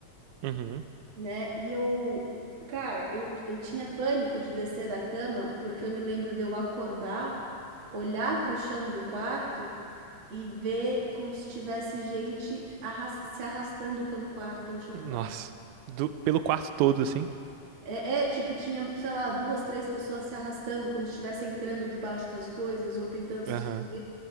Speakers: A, on the right; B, on the right.
A: Uhum.
B: né? E eu, cara, eu, eu tinha pânico de descer da cama, porque eu me lembro de eu acordar, olhar para o chão do quarto e ver como se tivesse gente arras- se arrastando pelo quarto, pelo chão
A: Nossa.
B: do quarto.
A: Do- pelo quarto todo, assim.
B: É, é, tipo, tinha, sei lá, duas, três pessoas se arrastando, como se estivesse entrando debaixo das coisas ou tentando se
A: Aham.
B: esconder,